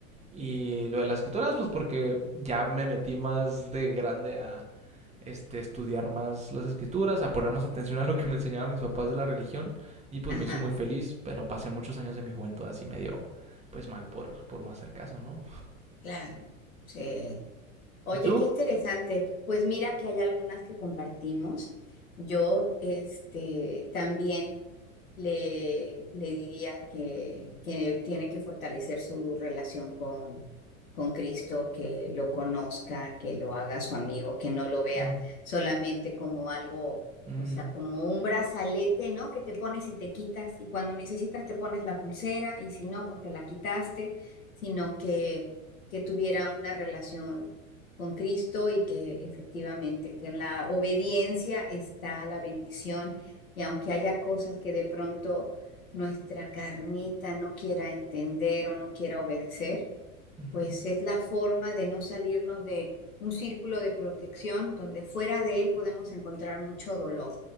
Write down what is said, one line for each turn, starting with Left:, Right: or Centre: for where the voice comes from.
Right: Y lo de las escrituras, pues porque ya me metí más de grande a este, estudiar más las escrituras, a poner más atención a lo que me enseñaban mis papás de la religión y pues
Left: ajá,
Right: me hizo muy feliz, pero pasé muchos años de mi juventud así medio pues mal por, por no hacer caso, ¿no?
Left: claro, sí. Oye,
Right: ¿Y tú?
Left: qué interesante. Pues mira que hay algunas que compartimos. Yo, este, también. le, le diría que, que tiene que fortalecer su relación con, con Cristo, que lo conozca, que lo haga su amigo, que no lo vea
Right: Mm,
Left: solamente como algo,
Right: mm,
Left: o sea, como un brazalete, ¿no? Que te pones y te quitas, y cuando necesitas te pones la pulsera, y si no, pues te la quitaste, sino que, que tuviera una relación. con Cristo y que efectivamente que en la obediencia está la bendición y aunque haya cosas que de pronto nuestra carnita no quiera entender o no quiera obedecer,
Right: mm,
Left: pues es la forma de no salirnos de un círculo de protección donde fuera de él podemos encontrar mucho dolor.